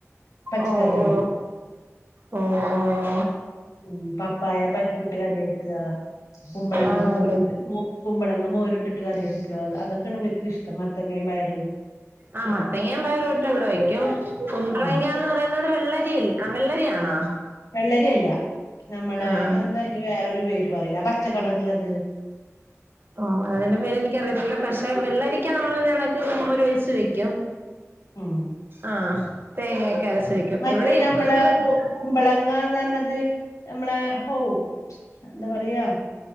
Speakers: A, on the left (about 85°); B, on the right (about 45°).
A: പച്ചക്കറിയാണ്
B: ഓ ഓ ഓ ഓ
A: ഉം പപ്പായ പരിപ്പിട്ട് കറി വെക്കാ കുമ്പളങ്ങ
B: ആന്നല്ലേ
A: മോരിട്ട് മോ കുമ്പളങ്ങ മോരി ഇട്ടിട്ട് കറി വെക്കാ അതൊക്കെ ഇവർക്ക് ഇഷ്ടം മത്തങ്ങയും പയറും
B: ആഹ് മത്തങ്ങ പയറയിട്ട് ഇവിടെ വയ്ക്കും കുമ്പളങ്ങാന്ന്
A: ഉം
B: പറയ പറയുന്നത് വെള്ളരി ആഹ് വെള്ളരിയാണോ
A: വെള്ളരിയല്ല നമ്മളെ
B: ആഹ്
A: എന്താ അയിന് വേറൊരു പേര് പറയില്ലെ പച്ച കളർള്ളത് <unintelligible>
B: ഓ അതിന്റെ പേര് എനിക്കറിയത്തില്ല പക്ഷെ വെള്ളരിക്കാ നമ്മള് ഇതെക്കണക്കിന് മുമ്പ് ഒരു ഒഴിച്ച് വെക്കും
A: ഉം
B: ആഹ് തേങ്ങൊക്കെ അരച്ച് വെക്കും
A: മറ്റേ
B: ഇവിടെ <unintelligible>
A: ഞമ്മളെ കു കുമ്പളങ്ങാന്ന് പറഞ്ഞത് നമ്മളെ ഹോ എന്താ പറയാ